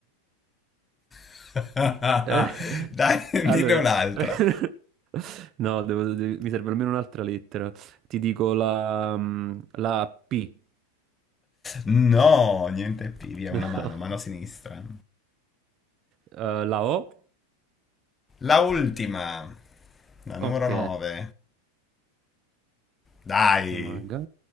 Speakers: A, on the left; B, on the right.
A: <laughs> Dai,
B: Eh, allora,
A: dinne un'altra.
B: <laughs> no, devo- devi- mi serve almeno un'altra lettera. Ti dico la, mm, la P.
A: No, niente più,
B: <laughs>
A: via,
B: No.
A: una mano, mano sinistra.
B: Eh, la O.
A: La ultima, la
B: Ok,
A: numero 9. Dai.
B: maga.